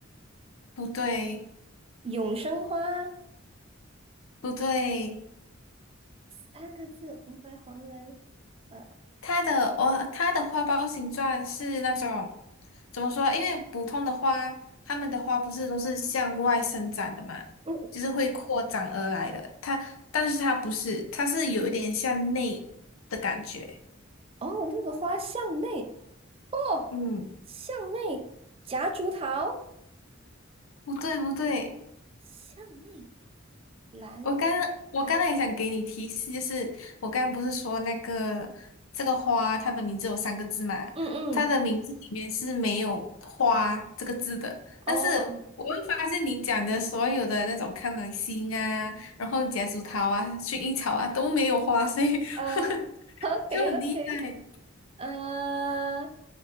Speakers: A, on the left; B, on the right.
A: 不对，
B: 永生花，
A: 不对，
B: 三个字，红白黄蓝，呃
A: 它的哦，它的花苞形状是那种怎么说？因为普通的花，它们的花不是都是向外生长的嘛，
B: 嗯
A: 就是会扩展而来的。它，但是它不是，它是有一点向内的感觉。
B: 哦，那个花向内哦，
A: 嗯，
B: 向内夹竹桃，
A: 不对，不对。
B: 向内兰
A: 我刚我刚才也想给你提示，
B: 花，
A: 就是我刚刚不是说那个这个花，它的名字有三个字嘛？
B: 嗯嗯。
A: 它的名字里面是没有“花”这个字的。但是我会发现你讲的所有的那种康乃馨啊，
B: 哦，
A: 然后夹竹桃啊、薰衣草啊都没有花，所以
B: 呃
A: <laughs>
B: ，OK
A: 就很厉害。
B: OK，呃，